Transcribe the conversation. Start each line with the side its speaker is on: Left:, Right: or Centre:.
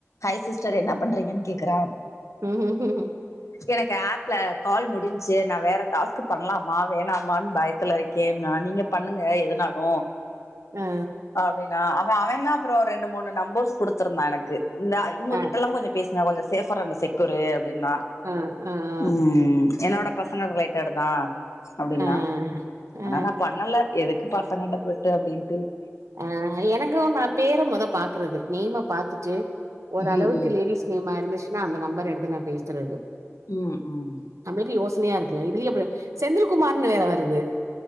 Left: ஹாய் சிஸ்டர் என்ன பண்றீங்கன் கேக்குறா
Right: ம் ம் ம்
Left: எனக்கு ஆப்ல கால் முடிஞ்ச்சி நா வேற டாஸ்க்கு பண்ணலாமா வேணாமான் பயத்துல இருக்கே நா நீங்க பண்ணுங்க எதனாலு
Right: ஆ
Left: அப்பிடின்னா அவன் அவனா அப்புறோ ரெண்டு மூணு நம்பர்ஸ் குடுத்துருந்தா எனக்கு நா இவுங்ககிட்டல்லா
Right: ஆ
Left: கொஞ்சோ பேசுங்க கொஞ்ச சேஃப்ரன் செக்கியூரு சே நா
Right: ஆ ஆ ஆ
Left: ம் என்னோட பசங்க ரைட்டா எடுத் ஆ அப்பிடின்னா
Right: ஆ ஆ
Left: ஆனா நா பண்ணல எதுக் பசங்கட்ட போயிட்டு அப்பிடின்
Right: அ எனக்கு நா பேர முத பாக்குறது நேம்ம பாத்துட்டு ஓரளவுக்கு
Left: ம் ம்
Right: லேடிஸ் நேம்மா இருந்ச் நா அந்த நம்பர் எடுத்து நா பேசுறது
Left: ம் ம்
Right: நம்மளுக்கு யோசனையா இருக்கல இதில் இ செந்தில்குமார்னு வேற வருது